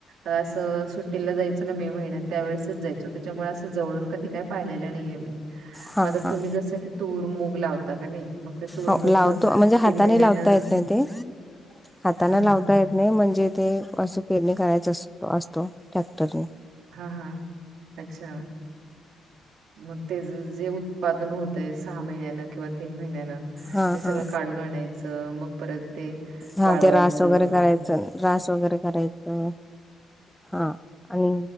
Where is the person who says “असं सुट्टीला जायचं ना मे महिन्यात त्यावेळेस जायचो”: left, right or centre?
Right